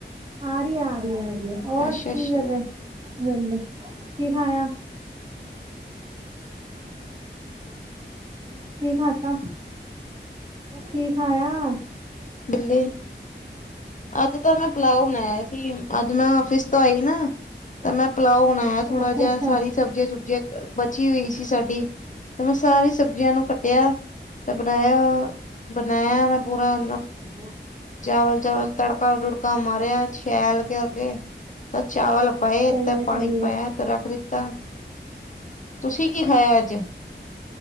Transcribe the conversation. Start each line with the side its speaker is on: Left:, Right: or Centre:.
Right: ਆ ਰੀ ਐ ਆ ਰੀ ਐ ਰਹੀ ਐ। ਹੋਰ
Left: ਅੱਛਾ
Right: ਕੀ
Left: ਅੱਛਾ
Right: ਕਰ ਰੇ ਵੇਲੇ ਕੀ ਖਾਇਆ ਕੀ ਖਾ ਦਾ ਕੀ ਖਾਯਾ?
Left: ਬਿੱਲੀ ਅੱਜ ਤਾਂ ਮੈਂ ਪਲਾਓ ਬਣਾਇਆ ਸੀ ਅੱਜ ਮੈਂ ਆਫਿਸ ਤੋਂ ਆਈ ਨਾ ਤਾਂ ਮੈਂ ਪਿਲਾਓ ਬਣਾਇਆ ਥੋੜਾ
Right: ਅੱਛਾ
Left: ਜਿਹਾ
Right: ਅੱਛਾ।
Left: ਸਾਰੀ ਸਬਜ਼ੀ-ਸੁਬਜ਼ੀਆ ਬਚੀ ਹੋਈ ਸੀ ਸਾਡ ਤੇ ਮੈਂ ਸਾਰੀ ਸਬਜ਼ੀਆਂ ਨੂੰ ਕੱ ਟਆ ਤੇ ਬਣਾਯਾ-ਬਣਾਯਾ ਮੈਂ ਪੂਰਾ
Right: ਹੋਰ
Left: ਚਾਵਲ ਚਾਵਲ ਤੜਕਾ-ਤੁੜਕਾ ਮਾਰਿਆ ਸ਼ੈਲ ਕਰਕੇ ਤਾਂ ਚਾਵਲ ਪਾਏ
Right: ਸਹੀ
Left: ਤਾਂ
Right: ਹੈ ਸਹੀ
Left: ਪਾਣੀ ਪਾਇਆ
Right: ਹੈ,
Left: ਤਾਂ ਰੱਖ ਦਿੱਤਾ। ਤੁਸੀਂ ਕੀ ਖਾਯਾ ਅੱਜ?